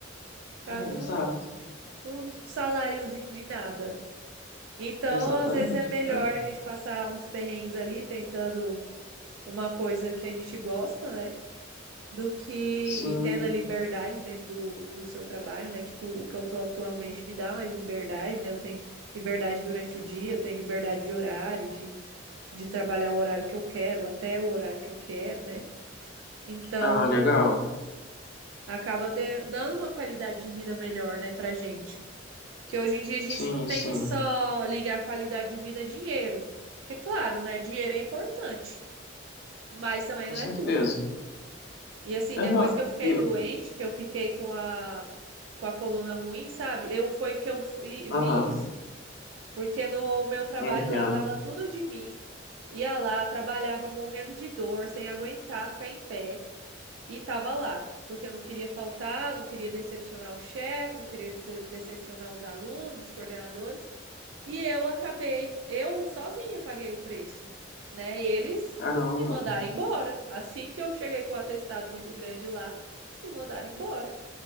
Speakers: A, on the right (about 85°); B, on the left (about 60°).
A: causa
B: É,
A: de
B: exato.
A: um, um saláriozinho de nada. Então,
B: Exatamente,
A: às vezes é melhor
B: cara.
A: a gente passar uns perrengues ali tentando uma coisa que a gente gosta, né? Do que e
B: Sim.
A: tendo a liberdade dentro do, do seu trabalho, né? Tipo, o que eu tô atualmente me dá mais liberdade, né? Eu tenho liberdade durante o dia, eu tenho liberdade de horário, de, de trabalhar o horário que eu quero, até o horário que eu quero, né? Então,
B: Ah, legal.
A: acaba de- dando uma qualidade de vida melhor, né, pra gente. Porque hoje em dia a gente
B: Sim,
A: não tem
B: sim.
A: que só ligar a qualidade de vida a dinheiro. Porque, claro, né, dinheiro é importante, mas também
B: Com
A: não
B: certeza.
A: é tudo. E assim,
B: Eu
A: depois
B: não...
A: que eu fiquei
B: Eu...
A: doente, que eu fiquei com a, com a coluna ruim, sabe? Eu foi que eu fui-
B: Aham,
A: vi isso. Porque no meu trabalho
B: eu entendo.
A: lá eu dava tudo de mim, ia lá, trabalhava morrendo de dor, sem aguentar ficar em pé. E tava lá, porque eu não queria faltar, não queria decepcionar o chefe, não queria de- decepcionar os alunos, os coordenadores. E eu acabei, eu sozinha paguei o preço, né? Eles
B: Caramba.
A: me mandaram embora. Assim que eu cheguei com o atestado muito grande lá, eles me mandaram embora.